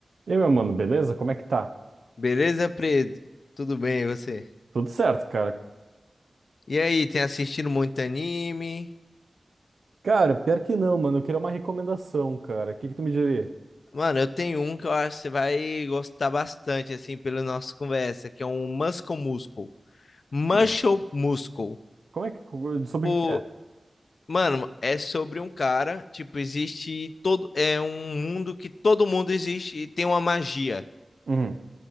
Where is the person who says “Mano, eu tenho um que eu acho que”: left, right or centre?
Left